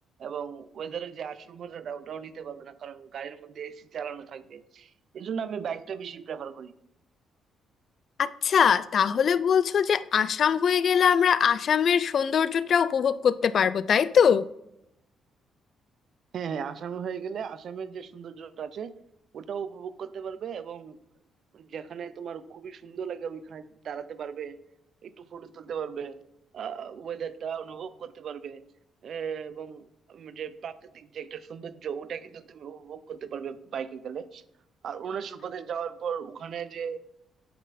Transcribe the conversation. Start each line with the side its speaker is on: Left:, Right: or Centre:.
Right: এবং ওয়েদারের যে আসল মজাটা ওটাও নিতে পারবে না কারণ গাড়ির মধ্যে এসি চালানো থাকবে এই জন্য আমি বাইকটা বেশি প্রেফার করি
Left: আচ্ছা তাহলে বলছো যে আসাম হয়ে গেলে আমরা আসামের সৌন্দর্যটা উপভোগ করতে পারবো তাই তো
Right: হ্যাঁ হ্যাঁ আসামে হয়ে গেলে আসামের যে সৌন্দর্যটা আছে ওটাও উপভোগ করতে পারবে এবং যেখানে তোমার খুবই সুন্দর লাগে ওইখানে দাঁড়াতে পারবে একটু ফটো তুলতে পারবে আহ ওয়েদারটা অনুভব করতে পারবে আহ, এবং উম যে প্রাকৃতিক যে একটা সৌন্দর্য ওটা কিন্তু তুমি উপভোগ করতে পারবে বাইকে গেলে আর অরুণাচল প্রদেশ যাওয়ার পর ওখানে যে